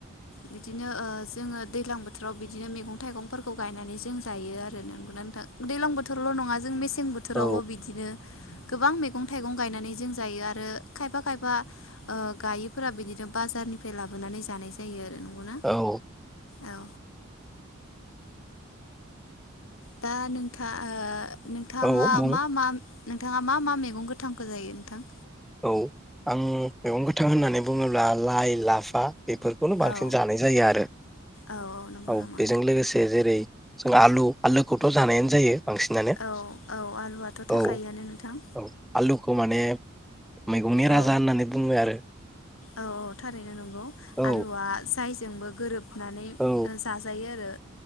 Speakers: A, on the left; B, in the centre.
A: बिदिनो ओ जोङो दैलां बोथोराव बिदिनो मैगं थाइगंफोरखौ गायनानै जों जायो आरो नोंगना नोंथां दैलां बोथोरावल नङा जों मेसे मेसें बोथोरावबो
B: औ
A: बिदिनो गोबां मैगं थाइगं गायनानै जों जायो आरो खायफा खायफा ओ गायैफोरा बिदिनो बाजारनिफ्राय लाबोनानै जानाय जायो आरो नंगौना
B: औ।
A: औ ओ दा नोंथा ओ नोंथाङा
B: औ बुं
A: मा मा नोंथाङा मा मा मैगं गोथांखौ जायो नोथां।
B: औ आं मेगं गोथां होननानै बुङोब्ला लाइ लाफा बेफोरखौनो बांसिन
A: औ
B: जानाय जायो आरो
A: औ नंगौ
B: औ
A: नामा
B: बेजों लोगोसे जेरै जों आलु आलुखौथ जानायानो जायो बांसिनानो
A: औ औ आलुआथ' थाखायोआनो
B: औ
A: नोंथां
B: औ आलु खौ माने मैगंनि राजा
A: औ
B: होननानै बुङो आरो
A: औ औ थारैनो नंगौ
B: औ
A: आलुआ जाय जोंबो गोरोब होननानै
B: औ
A: जाजायो आरो